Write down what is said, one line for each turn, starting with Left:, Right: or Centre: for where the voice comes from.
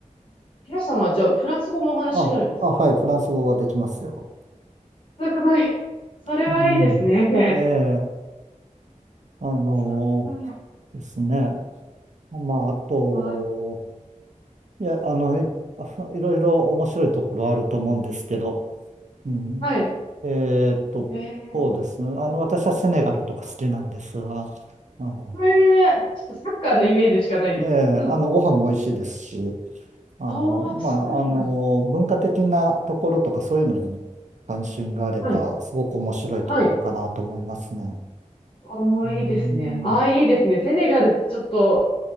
Left: 皆さんはじゃあ、フランス語もお話になるんですか
Right: あ、あ、はい、フランス語はできますよ。
Left: すごい。それはいいですね。
Right: うん。ええ、あの
Left: そうん。
Right: ーですね。まあ、あと、
Left: わ、
Right: いや、あの、い、あいろいろ面白いところあると思うんですけど、うん。
Left: はい。
Right: えーっと、
Left: えー、
Right: そうですね。あの、私はセネガルとか好きなんですが、あの、
Left: これ、ちょっとサッカーのイメージしかないです。
Right: ええ、
Left: うん。
Right: あの、ご飯も美味しいですし、あの、
Left: ああ、
Right: まあ、
Left: そうなんだ。
Right: あの、文化的なところとかそういうのに関心があれば、
Left: はい。
Right: すごく面白いところかなと思いますね。
Left: はい。ああ、
Right: うん。
Left: いいですね。ああ、いいですね。セネガルちょっと、